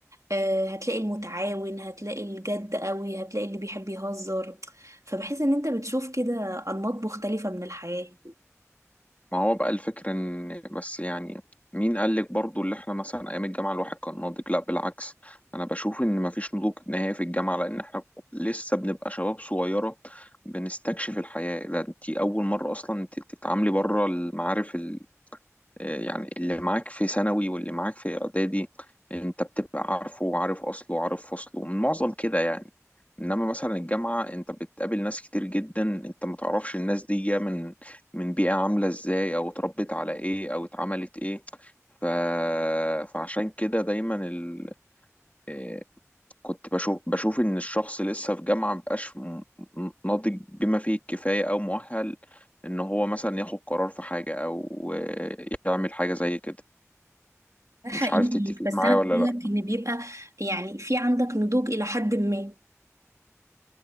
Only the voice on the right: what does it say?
آه، هتلاقي المتعاون هتلاقي الجد قوي هتلاقي اللي بيحب يهزر فبحس ان انت بتشوف كده انماط مختلفة من الحياة
ده حقيقي
بس
انا
بقول
لك ان بيبقى يعني في عندك نضوج الى حد ما